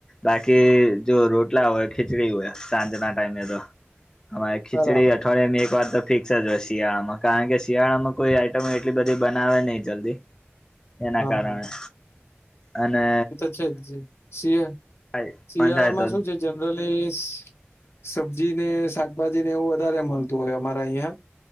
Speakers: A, on the left (about 15°); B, on the left (about 70°).
A: બાકી જો રોટલા હોય ખીચડી હોય સાંજના ટાઈમે તો. અમારે ખીચડી
B: બરાબર
A: અઠવાડિયામાં
B: છે.
A: એક વાર તો ફિક્સ જ હોય શિયાળમાં. કારણ કે શિયાળામાં કોઈ આઈટમો એટલી બંધી બનાવે નઈ જલ્દી. એના
B: હા
A: કારણે.
B: હા
A: અને
B: જે જે શિ
A: ખાય
B: શિયાળામાં
A: મન થાય તો
B: શું છે જનરલી. સબ્જી ને શાકભાજી ને એવું વધારે મળતું હોય અમારે અહિંયા.